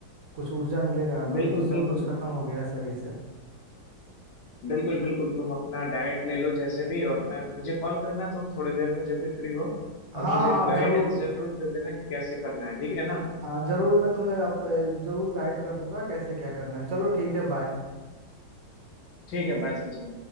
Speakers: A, on the right; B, on the left.
A: कुछ ऊर्जा मिलेगा अभी
B: बिल्कुल
A: तो सब
B: बिल्कुल
A: कुछ खत्म हो गया है शरीर से
B: बिल्कुल बिल्कुल तुम अपना डाइट ले लो जैसे भी और मैं मुझे कॉल करना तुम थोड़ी देर में जब भी फ्री हो
A: हाँ
B: और मुझे
A: हाँ
B: गाइडेंस
A: जरूर
B: जरूर दे देना कि कैसे करना है ठीक है ना
A: हाँ जरूर मैं तुम्हें अप, जरूर गाइड कर दूंगा कैसे क्या करना है चलो ठीक है बाय
B: ठीक है बाय सचिन